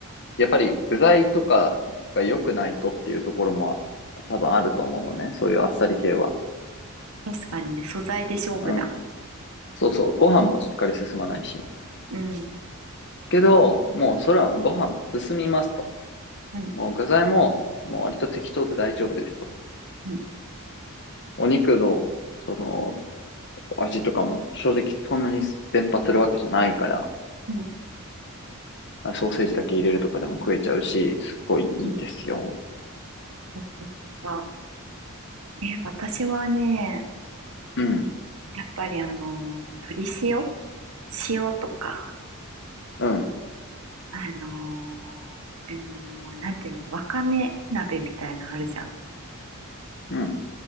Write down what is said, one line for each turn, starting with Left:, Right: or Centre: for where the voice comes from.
Left: やっぱり具材とかが良くないとっていうところも多分あると思うのね。そういうあっさり系は。
Right: 確かにね、素材で勝負だ。
Left: うん。そうそう。ご飯もしっかり進まないし。
Right: うん。
Left: けど、もうそれはご飯も進みますと。
Right: うん。
Left: もう具材も、もう割と適当で大丈夫ですと。
Right: うん。
Left: お肉の、その、味とかも正直そんなに伝播するわけじゃないから、
Right: うん。
Left: ソーセージだけ入れるとかでも食えちゃうし、すっごいいいですよ。
Right: うん私は、え、私はね、
Left: うん、
Right: やっぱりあの、鶏塩塩とか、
Left: うん、
Right: あのー、あのー、なんていうの、わかめ鍋みたいなのあるじゃん。
Left: うん。